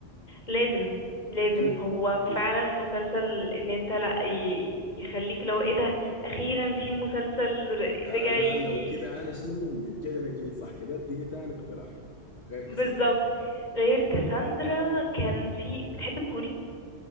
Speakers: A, on the left; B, on the left.
A: لازم لازم
B: اكيد
A: هو
B: اكيد
A: فعلا مسلسل ان انت لا ي- يخليك لو ايه ده اخيرا في مسلسل ر-
B: آه
A: رجع
B: لا
A: ي-
B: لو كده انا شنو بجد انا جيت صح كده اديني تاني اقتراح غير كاساندرا
A: بالظبط غير كاساندرا كان في بتحب الكوري